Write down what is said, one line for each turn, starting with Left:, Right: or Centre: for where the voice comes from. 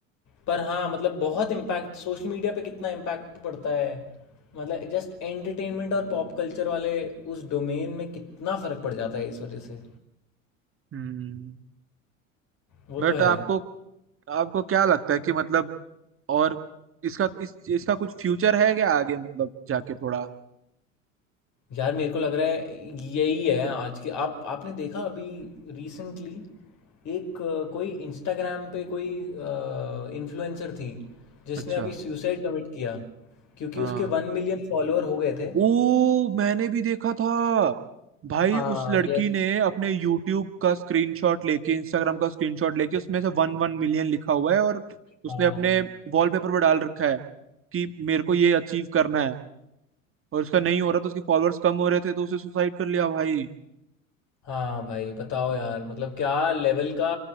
Left: पर हाँ मतलब बहुत इम्पैक्ट सोशल मीडिया पे कितना इम्पैक्ट पड़ता है मतलब जस्ट एंटरटेनमेंट और पॉप कल्चर वाले उस डोमेन में कितना फ़र्क पड़ जाता है इस वजह से।
Right: हम्म
Left: वो
Right: बट
Left: तो है।
Right: आपको आपको क्या लगता है कि मतलब और इसका इस इसका कुछ फ्यूचर है क्या आगे मतलब जाके थोड़ा
Left: यार मेरे को लग रहा है यही है आज के आप आपने देखा अभी रिसेंटली एक अ, कोई इंस्टाग्राम पे कोई इन्फ्लुएंसर थी जिसने
Right: अच्छा
Left: अभी सुसाइड कमिट किया क्योंकि
Right: हाँ
Left: उसके वन मिलियन फॉलोअर हो गए थे
Right: ओ मैंने भी देखा था भाई
Left: हाँ
Right: उस लड़की
Left: यस
Right: ने अपने यूट्यूब का स्क्रीनशॉट लेके इंस्टाग्राम का स्क्रीनशॉट लेके उसमें से वन वन मिलियन लिखा हुआ है और उसने
Left: हाँ
Right: अपने वॉलपेपर पर डाल रखा है कि मेरे को ये अचीव करना है और उसका नहीं हो रहा तो उसके फॉलोअर्स कम हो रहे थे तो उसे सुसाइड कर लिया भाई
Left: हाँ भाई बताओ यार मतलब क्या लेवल का